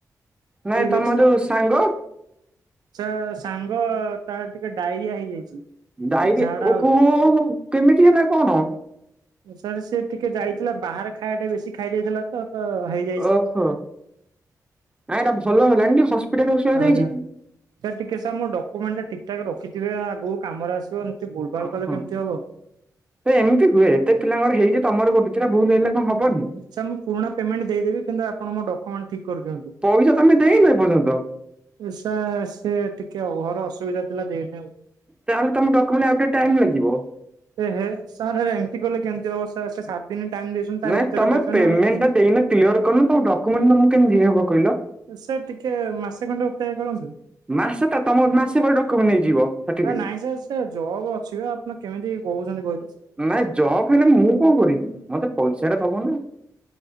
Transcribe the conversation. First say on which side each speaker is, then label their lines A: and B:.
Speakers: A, on the right; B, on the right.
A: ନାଇଁ
B: ଠିକ
A: ତମ ଯୋଉ ସାଙ୍ଗ।
B: ଆଛା ସାଙ୍ଗ ତାର ଟିକେ ଡାଇରିଆ ହେଇଯାଇଛି।
A: ଡାଇରିଆ
B: ଖାଲି ଝାଡା
A: ଓ
B: ହଉଛି।
A: କ କେମିତି ହେଲା କଣ।
B: ସାର୍ ସେ ଟିକେ ଯାଇଥିଲା ବାହାରେ ଖାଇବା ଟିକେ ବେଶୀ ଖାଇ ଦେଇଥିଲା ତ ତ ହେଇ।
A: ଓହୋ ନାଇଁ ଏଇଟା ଭଲ ହେଲାଣି। ହସ୍ପିଟାଲ ଫସ୍ପିଟାଲ
B: ଆଜ୍ଞା
A: ଯାଇଛି କି?
B: ସାର୍ ଟିକେ ସାର୍ ମୋର ଡକ୍ୟୁମେଣ୍ଟ ଠିକଠାକ୍ ରଖିଥିବେ ଆଗକୁ କାମରେ ଆସିବ। ସେ ଭୁଲଭାଲ୍
A: ଓହୋ
B: କଲେ କେମିତି ହବ।
A: ଏମିତି ହୁଏ ଏତେ ପିଲାଙ୍କର ହେଇଛି ତମର ଗୋଟେଦିଟା ଭୁଲ୍ ହେଲା। ହଁ ହବନି।
B: ଆଛା ମୁଁ ପୁରୁଣା ପେମେଣ୍ଟ ଦେଇଦେବ କିନ୍ତ ଆପଣ ଡକ୍ୟମେଣ୍ଟ ଠିକ କରିଦିଅନ୍ତୁ।
A: ପଇସା ତମେ ସେ ନାଇଁ ପର୍ଯ୍ୟନ୍ତ।
B: ସାର୍ ସେ ଟିକେ ଘର ଅସୁବିଧା ଥିଲା ଦେଇନି ଆଉ।
A: ତାହେଲେ ତମ ଡକୁମେଣ୍ଟ ଆଉ ଟିକେ ଟାଇମ ଲାଗିବ।
B: ଏଁ ହେ ସାର୍ ହେ ଏମିତି କଲେ କେମିତି ହବ ସାର୍ ସେ ସାତ ଦିନ ଟାଇମ ଦେଇଛନ୍ତି ତା
A: ନାଇଁ
B: ଭିତରେ
A: ତମେ
B: ଦେବେ
A: ପେମେଣ୍ଟ
B: ନା ଆଉ।
A: ଦେଇନ କ୍ଲିୟର କରିନ ତମ ଡ୍ୟୁମେଣ୍ଟ ତମକୁ କେମିତି ଦିଆହେବ କହିଲ।
B: ସେ ଟିକେ ମାସେ ଖଣ୍ଡେ ଅପେକ୍ଷା କରନ୍ତୁ।
A: ମାସେ ତ ତମ ମାସେ ପରେ ଡକୁମେଣ୍ଟ ନେଇଯିବ। ସାର୍ଟିଫିକେଟ।
B: ଆ ନାଇଁ ସାର୍ ସେ ଜବ୍ ଅଛିି ଆପଣ କେମିତି କହୁଛନ୍ତି କହିଲେ।
A: ନାଇଁ ଜବ୍ ହେଲେ ମୁଁ କଣ କରିବି ମତେ ପଇସା ଦବ ନା।